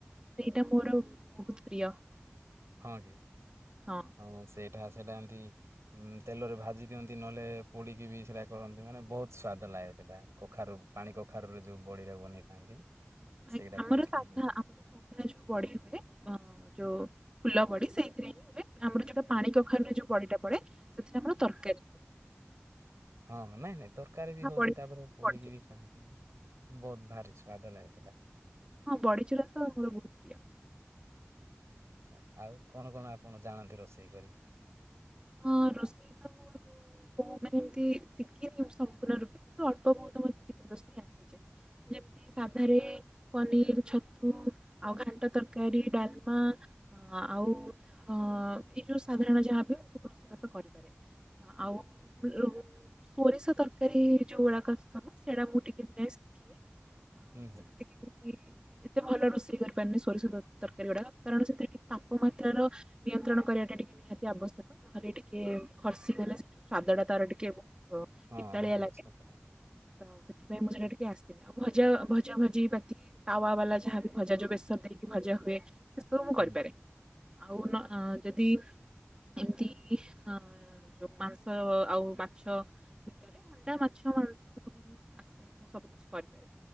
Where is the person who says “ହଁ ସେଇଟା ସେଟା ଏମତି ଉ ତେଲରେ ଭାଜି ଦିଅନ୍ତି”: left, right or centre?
Right